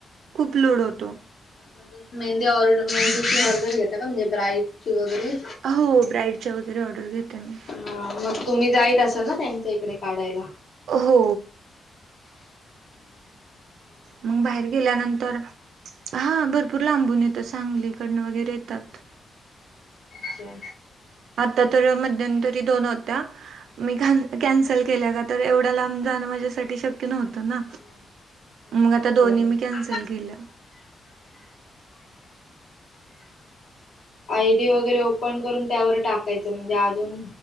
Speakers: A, on the right; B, on the left.
A: खूप लोड होत.
B: म्हणजे मेहंदी ऑर्डर, म्हणजे ती ऑर्डर घेता का म्हणजे ब्राईडची वगैरे?
A: हो ब्राईडच्या वगैरे ऑर्डर घेते. मी.
B: हा. मग तुम्ही जाईत असाल ना त्यांच्या इकडे काढायला?
A: हो.
B: हम्म
A: मग बाहेर गेल्यानंतर- हा भरपूर लांबून- सांगलीकडनं वगैरे येतात.
B: अच्छा.
A: आता तर मध्यंतरी दोन होत्या. मी कॅन्सल केल्या का तर? एवढ्या लांब जाणार- माझ्यासाठी शक्य - तना?
B: हा
A: म आता दोन्ही
B: बरोबर
A: मी कॅन्सल केल्या. गिला-
B: आयडी वगैरे ओपन करून त्यावर टाकायचं. म्हणजे अजून-